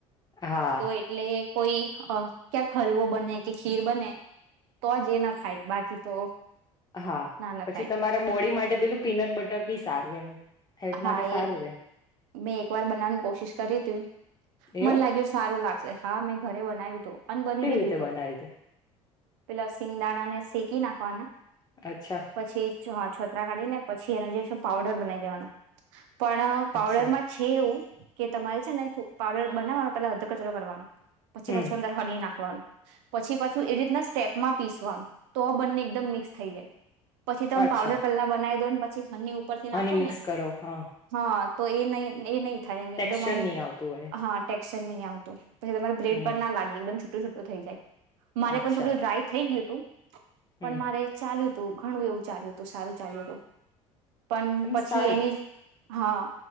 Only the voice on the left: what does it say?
હા
હા,
પછી તમારા બોડી માટે પેલું પીનટ બટર બી સારું એમ. હેલ્થ
માટે સારું
રે
એવું
કેવી
રીતે
બનાવી
અચ્છા
અચ્છા
હમ
અચ્છા
હની
મિક્સ કરો. હા.
ટેક્સચર
નહી આવતું હોય
હમ
અચ્છા
હમ
એમ સારું